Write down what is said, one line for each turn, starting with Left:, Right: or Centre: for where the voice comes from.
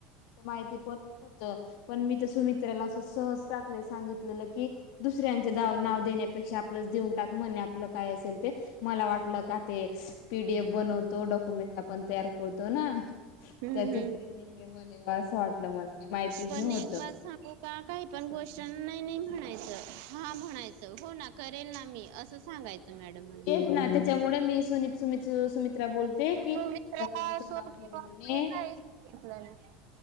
Left: माहिती पण होत. पण मी तर सुमित्राला अस सहज टाक. सांगितलेलं की, दुसऱ्यांचे दाव नाव देण्यापेक्षा आपलंच देऊन टाक म्हणे, आपलं काय असेल ते. मला वाटलं का ते पीडीएफ बनवतो डॉकुमेंट आपण तयार करतो ना
Right: हम्म
Left: त्याचे
Right: हम्म.
Left: ट्रेनिंग म्हणे असं वाटलं मला काय माहितीच
Right: पण
Left: नव्हत
Right: एक बार सांगू का काही पण गोष्टींन नही नही म्हणा <unintelligible> हा म्हणायचं हो ना करेल ना मी असं सांगायचं मॅडमांना.
Left: तेच ना त्याच्यामुळे मी सुनी सुमिच सुमित्रा बोलते की
Right: तुम्ही
Left: आता
Right: तर
Left: कुणाचं
Right: असो
Left: नाव
Right: किंवा
Left: घेऊ म्हणे.
Right: कोणी काही सांगितलं नाही.